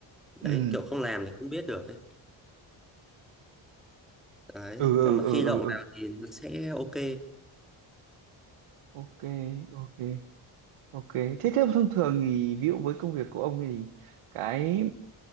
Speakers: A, in the centre; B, on the right (about 85°).
A: đấy
B: ừ
A: kiểu không làm thì không biết được ấy đấy
B: ừ ừ
A: còn mà
B: ừ
A: khi động
B: ừ ừ.
A: vào thì nó sẽ ok
B: ok ok ok thế thế thông thường thì ví dụ với công việc của ông ấy thì cái